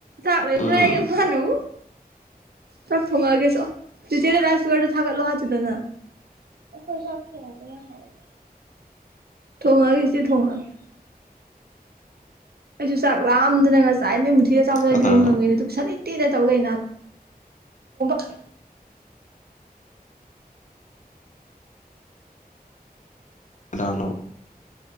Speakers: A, on the right; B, on the left.
A: ꯆꯥꯛ ꯂꯩꯕ꯭ꯔꯥꯑꯦ
B: ꯎꯝ
A: ꯃꯥꯅ ꯑꯃꯨꯛ ꯆꯥꯛ ꯊꯣꯡꯉꯛꯑꯒꯦ ꯆꯣ ꯆꯤꯆꯦꯗꯣ ꯔꯥꯏꯁ ꯀꯨꯀꯔꯗꯣ ꯊꯥꯒꯠꯂꯣ ꯍꯥꯏꯆꯣꯗꯗꯅ ꯑꯣꯈꯣꯏ ꯆꯥꯛ ꯊꯣꯡꯗ꯭ꯔꯦ ꯍꯥꯏ ꯊꯣꯡꯉꯒꯦ ꯆꯦꯆꯦ ꯊꯣꯡꯉꯒꯦ ꯑꯩꯁꯨ ꯆꯥꯛ ꯂꯥꯝꯗꯅ ꯉꯁꯥꯏꯗꯒꯤ ꯃꯨꯊꯤꯗ ꯑꯆꯥꯄꯣꯠ ꯂꯩꯕꯤꯕꯣ
B: ꯀꯅꯥꯅꯣ
A: ꯉꯝꯉꯤꯅꯦ ꯑꯗꯣ ꯄꯩꯁꯥ ꯂꯩ <unintelligible>
B: ꯀꯅꯥꯅꯣ